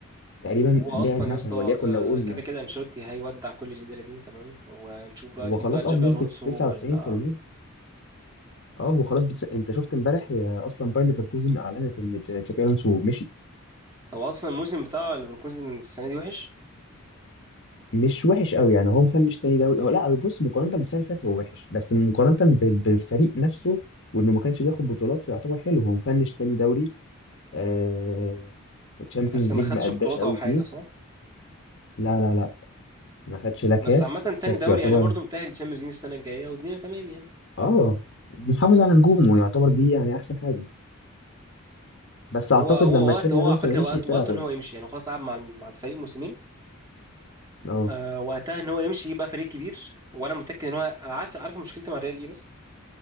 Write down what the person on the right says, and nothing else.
هو
اصلا
يا اسطى
آه،
كده كده انشيلوتي هيودع كل اللي ده الاتنين تمام ونشوف بقى
نجيب
بقى جابي
الونسو
ولا
هو اصلا الموسم بتاع ليفركوزن السنه دي وحش
بس ما
خدش
بطولات
او حاجه
صح
بس عامه
تاني دوري
يعني برضه متاهل للشامبيونز ليج السنه الجايه والدنيا تمام يعني
هو هو
وقت هو
على فكره
وقت
وقت
ان هو يمشي يعني هو خلاص قعد مع الم- مع الفريق موسمين
آه، وقتها ان هو يمشي يبقى فريق كبير وانا متاكد ان هو انا عارف عارف مشكلتي مع الريال ايه بس